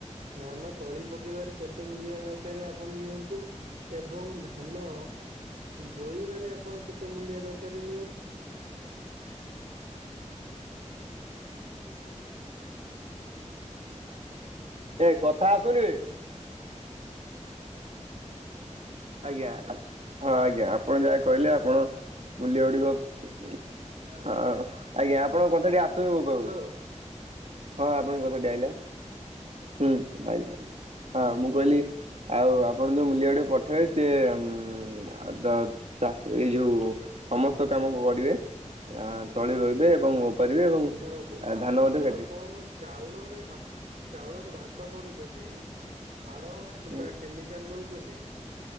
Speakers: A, on the right; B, on the right.
A: ଧାନ ତଳି ପକେଇବାରେ କେତେ ମୁଲିଆ ଦରକାର ଆପଣ ନିଅନ୍ତୁ। ଏବଂ ଧାନ ରୋଇବାରେ ଆପଣ କେତେ ମୂଲ୍ୟ ଦରକାର ନିଅ?
B: ଏ କଥା ଆସୁନି ଏ। ଆଜ୍ଞା ହଁ ଆଜ୍ଞା ଆପଣ ଯାହା କହିଲେ ଆପଣ ମୂଲ୍ୟ ଗୁଡ଼ିକ ହଁ ଆଜ୍ଞା ଆପଣଙ୍କ କଥା ଟିଏ ଆସୁନି ମୋ
A: ହ୍ୟାଲୋ।
B: ପାଖୁ। ହଁ ଆପଣଙ୍କ କଥାଟି ଆଇଲା, ହୁଁ ଆଇଲା, ହଁ ମୁଁ କହିଲି ଆଉ ଆପଣ ଯୋଉ ମୁଲିଆ ଗୁଡି଼କ ପଠେଇବେ ସିଏ ଉଁ ଆଉ ଦ ଚାଷ ଏଇ ଯୋଉ ସମସ୍ତ କାମ କରିବେ। ଆ ତଳି ରୋଇବେ ଏବଂ ଓପାରିବେ ଏବଂ
A: ଶୁଣନ୍ତୁ ଆପଣ
B: ଧାନ ମଧ୍ୟ କାଟିବେ।
A: ଆପଣଙ୍କ ଚାଉଳରେ ଆ ଚାଉଳରେ ଭାତ କରୁଚନ୍ତି ସାର କିମ୍ବା
B: ହୁଁ
A: କେମି କାଲ୍ ଦଉଚନ୍ତି କି?